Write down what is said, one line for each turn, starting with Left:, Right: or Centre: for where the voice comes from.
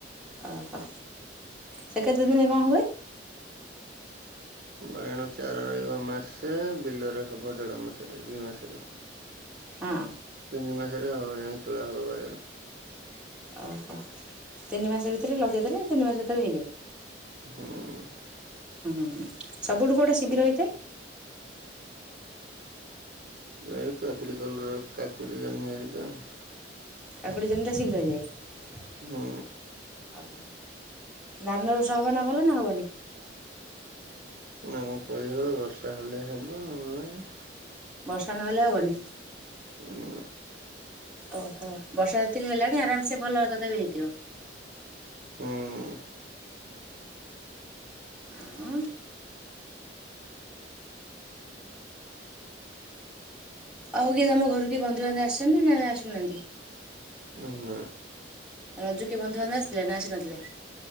Centre: ଓହୋ ସେ କେତେ ଦିନେ କଣ ହୁଏ?
Right: ବାଇଣ ଚାରା ରହିବ ମାସେ ବିଲରେ ହବ ଦେଢ ମାସରେ ଦି ମାସରେ
Centre: ହଁ।
Right: ତିନି ମାସରେ ହବ ଯାଇ ତୁଳା ହବ ବାରଗଣ
Centre: ଓହୋ ତିନି ମାସ ଭିତରେ ଲଗେଇଦେଲେ ତିନି ମାସ ଭିତରେ ହେଇଯାଏ।
Right: ହୁଁ।
Centre: ହୁଁ ସବୁଠୁ କୋଉଟା ଶିଗିର ହେଇଯାଏ।
Right: ଏ କାକୁଡ଼ି କଲରା କାକୁଡ଼ି ଜହ୍ନି ହରିକା ଆଉ।
Centre: କାକୁଡି କେମିତି ଶୀଘ୍ର ହେଇଯାଏ।
Right: ହୁଁ।
Centre: ଓହୋ ଧାନ ଏ ବର୍ଷ ହବ ନା ଭଲ ନା ହବନି?
Right: ଏଟା କଣ କହିହବ ବର୍ଷା ହେଲେ ହେବ ନହେଲେ ନାହିଁ।
Centre: ବର୍ଷା ନହେଲେ ହବନି।
Right: ହୁଁ।
Centre: ଓହୋ ବର୍ଷା ଯେତିକି ହେଲାଣି ଆରାମସେ ଭଲ ତଥାପି ହେଇଥିବ।
Right: ହୁଁ
Centre: ଆଉ ଆଉ କିଏ ତମ ଘରୁକୁ କିଏ ବନ୍ଧୁବାନ୍ଧବ ଆସିଛନ୍ତି ନା ଆସୁନାହାନ୍ତି।
Right: ହୁଁ
Centre: ରଜୁ କିଏ ବନ୍ଧୁବାନ୍ଧବ ଆସି ଚେନା ଆସିନଥିଲେ।